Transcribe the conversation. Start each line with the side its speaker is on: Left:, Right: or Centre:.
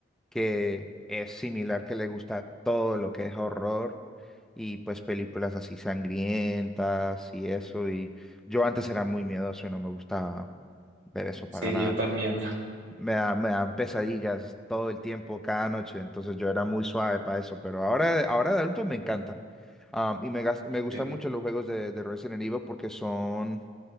Centre: que es similar, que le gusta todo lo que es horror y pues películas así sangrientas y eso y yo antes era muy miedoso y no me gustaba ver eso para
Right: Sí,
Centre: nada.
Right: yo también.
Centre: Me da- me dan pesadillas todo el tiempo, cada noche, entonces yo era muy suave para eso, pero ahora, de- ahora de adulto me encantan. Am, y me, gas- me gustan
Right: Eh,
Centre: mucho los juegos de, de Resident Evil porque son